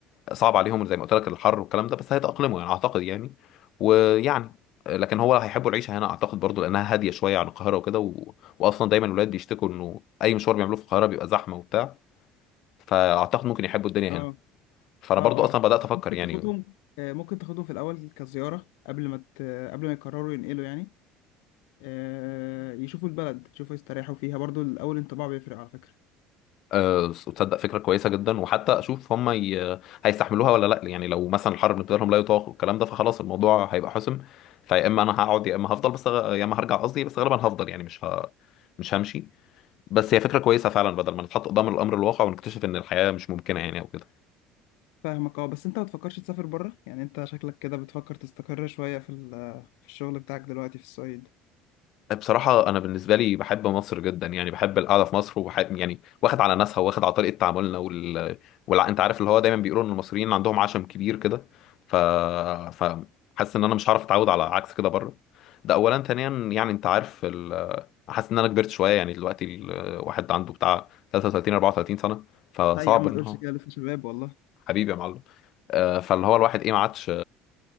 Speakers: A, on the left; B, on the left.
A: صعب عليهم زي ما قلت لك الحر والكلام ده بس هيتأقلموا يعني اعتقد يعني ويعني لكن هو هيحبوا العيشه هنا اعتقد برضو لانها هاديه شويه عن القاهره وكده و... واصلا دايما الولاد بيشتكوا انه اي مشوار بيعملوه في القاهره بيبقى زحمه وبتاع فاعتقد ممكن يحبوا الدنيا
B: اه
A: هنا فانا
B: اه
A: برضو اصلا
B: اه
A: بدات افكر
B: ممكن
A: يعني
B: تاخدهم آه، ممكن تاخدهم في الاول كزيارة قبل ما ت... قبل ما يقرروا ينقلوا يعني آه، يشوفوا البلد يشوفوا يستريحوا فيها برضو الاول انطباع بيفرق على فكرة
A: أه، تصدق فكره كويسه جدا وحتى اشوف هم ي... هيستحملوها ولا لا يعني لو مثلا الحر بالنسبه لهم لا يطاق والكلام ده فخلاص الموضوع هيبقى حسم فيا اما انا هقعد يا اما هفضل بس غ- يا اما هرجع قصدي بس غالبا هفضل يعني مش ه... مش همشي بس هي فكرة كويسة فعلا بدل ما نتحط قدام الأمر الواقع ونكتشف إن الحياة مش ممكنة يعني أو كده
B: فاهمك اه بس انت ما تفكرش تسافر بره يعني انت شكلك كده بتفكر تستقر شوية في ال- في الشغل بتاعك دلوقتي في الصعيد
A: بصراحة أنا بالنسبة لي بحب مصر جدا يعني بحب القعدة في مصر وبحب يعني واخد على ناسها واخد على طريقة تعاملنا وال... وال... أنت عارف اللي هو دايما بيقولوا إن المصريين عندهم عشم كبير كده ف ف حاسس إن أنا مش هعرف أتعود على عكس كده بره ده أولا ثانيا يعني أنت عارف ال... حاسس إن أنا كبرت شوية يعني دلوقتي الواحد عنده بتاع 33 34 سنة فصعب
B: لا يا عم ما
A: إن
B: تقولش
A: هو
B: كده لسه شباب والله
A: حبيبي يا معلم آه، فاللي هو الواحد إيه ما عادش